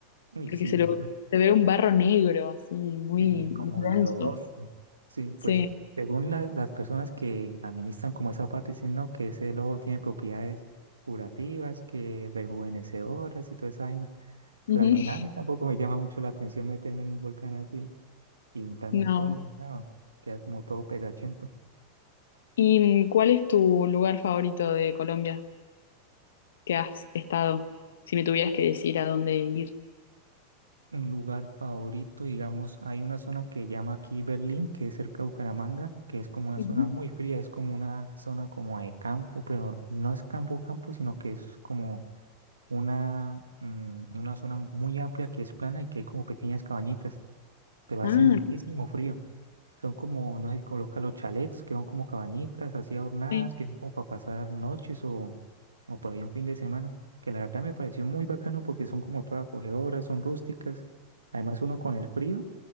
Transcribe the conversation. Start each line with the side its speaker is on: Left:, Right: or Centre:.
Right: Uy,
Left: porque
Right: sí,
Left: se lo, se ve un barro negro así, muy,
Right: Sí, como
Left: muy denso.
Right: lo lo otro. Sí, pues
Left: Sí.
Right: según la- las personas que administran como esa parte dicen, no, que ese lobo tiene propiedades curativas, que rejuvenecedoras y toda esa vaina. Pero
Left: Ujú.
Right: al final a mí
Left: <laughs>
Right: tampoco me llama mucho la atención meterme en un volcán así y untarme
Left: No.
Right: todo, ni nada. Queda como todo pegachento.
Left: ¿Y cuál es tu lugar favorito de Colombia que has estado? Si me tuvieras que decir a dónde ir.
Right: Un lugar favorito, digamos, hay una zona que llama aquí Berlín, que es cerca de Bucaramanga, que es como una
Left: Ujú.
Right: zona muy fría, es como una zona como de campo, pero no es campo campo, sino que es como una, mm, una zona muy amplia que es plana y que hay como pequeñas cabañitas, pero hace
Left: Ah,
Right: muchísimo frío. Son como, no sé, si coloca los chalets, que son como cabañitas así adornadas,
Left: Sí.
Right: que son como para pasar noches o, o por ahí un fin de semana, que la verdad me pareció muy bacano porque son como todas acogedoras, son rústicas. Además uno con el frío,